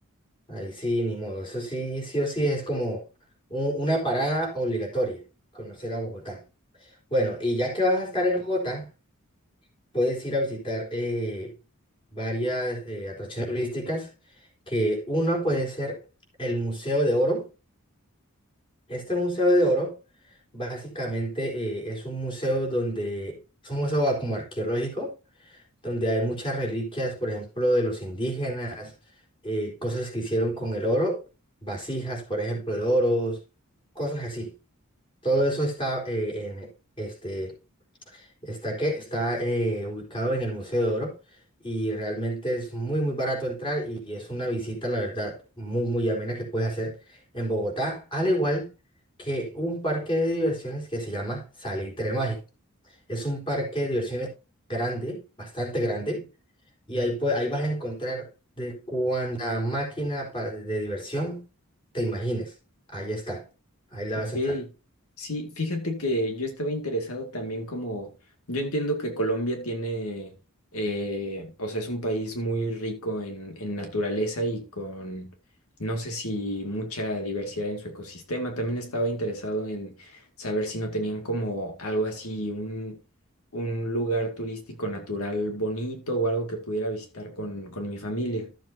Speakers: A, on the left; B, on the left.
A: Ahí sí, ni modo. Eso sí, sí o sí es como un- una parada obligatoria, conocer a Bogotá. Bueno, y ya que vas a estar en Bogotá, puedes ir a visitar eh, varias eh, atracciones turísticas, que una puede ser el Museo de Oro. Este Museo de Oro básicamente eh, es un museo donde, es un museo a- como arqueológico, donde hay muchas reliquias, por ejemplo, de los indígenas, eh, cosas que hicieron con el oro, vasijas, por ejemplo, de oros, cosas así. Todo eso está eh, en este Está que está eh, ubicado en el Museo de Oro y realmente es muy muy barato entrar y es una visita, la verdad, muy muy amena que puedes hacer en Bogotá, al igual que un parque de diversiones que se llama Salitre Mágico. Es un parque de diversiones grande, bastante grande y ahí pue- ahí vas a encontrar de cuánta máquina pa- de diversión te imagines. Ahí está. Ahí la
B: Ok,
A: vas a entrar.
B: sí, fíjate que yo estaba interesado también como, yo entiendo que Colombia tiene, eh, o sea, es un país muy rico en, en naturaleza y con, no sé si mucha diversidad en su ecosistema. También estaba interesado en saber si no tenían como algo así, un, un lugar turístico natural bonito o algo que pudiera visitar con, con mi familia.